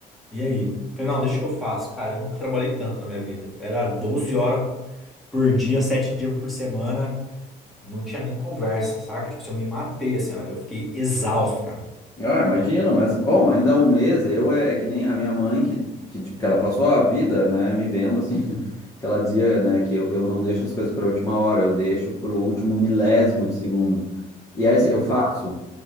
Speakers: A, in the centre; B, on the left.
A: e aí? Falei, não, deixa que eu faço. Cara, eu nunca trabalhei tanto na minha vida. Era 12 horas por dia, 7 dias por semana. Não tinha nem conversa, saca? Tipo, se eu me matei, assim, ó. Eu fiquei exausto, cara.
B: Ah, imagino, mas bom, ainda há um mês, eu é, é que nem a minha mãe que, que, que ela passou a vida, né, me vendo assim, <laughs> que ela dizia, né, que eu, eu não deixo as coisas para última hora, eu deixo para o último milésimo de segundo. E aí assim, eu faço,